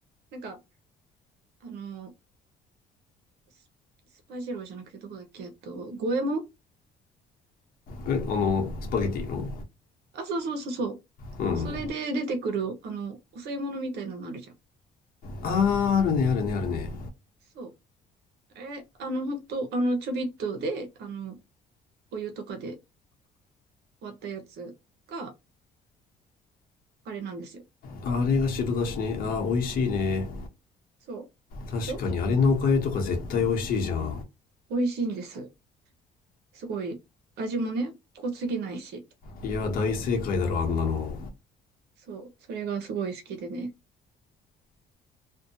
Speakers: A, on the right (about 75°); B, on the left (about 60°).
A: なんか、あの、ススパジローじゃなくてどこだっけえっと、五右衛門
B: えあのスパゲティの
A: あ、そうそうそうそう。
B: うん
A: それで出てくる、あの、お吸い物みたいなのあるじゃん。
B: あーあるねあるねあるね
A: そう。えあの、ほんと、あの、ちょびっとで、あの、お湯とかで割ったやつが、あれなんですよ。
B: あれが白だしねあー美味しいね
A: そう。
B: 確かにあれのおかゆとか絶対美味しいじゃん
A: でしょ美味しいんです。すごい、味もね、濃すぎないし。
B: いや大正解だろあんなの
A: そう、それがすごい好きでね、